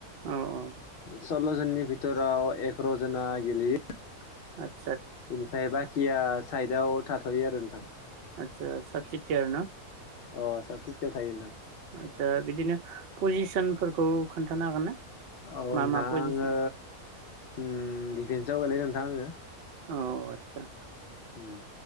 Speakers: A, on the right; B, on the left.
A: अ अ
B: सल्ल' जननि बिथोराव एगार' जना गेलेयो
A: <inaudible>
B: बिनिफ्राय बााखि खिया साइडआव थाथ'यो आरो नोंथां
A: आचसा साबसिथि आर न'
B: अ सा फिफ्टियाव थायो
A: आचसा बिदिनो पजिसन फोरखौ खोन्थानो हागोन ना?
B: अ
A: मा मा
B: नोंथां
A: पजिसन
B: आंङो उम जावगायलाय नोंथां आङो
A: अ आतसा
B: हुम